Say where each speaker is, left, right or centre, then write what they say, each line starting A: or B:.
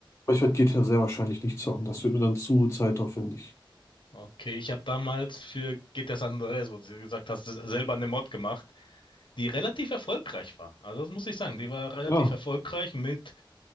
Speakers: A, on the left; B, on the left.
A: Aber ich werde GTA sehr wahrscheinlich nicht zocken, das wird mir dann zu zeitaufwendig.
B: Okay, ich habe damals für GTA San Andreas, wo du gesagt hast, selber eine Mod gemacht. die relativ erfolgreich war. Also das muss ich sagen, die war relativ
A: Ja,
B: erfolgreich mit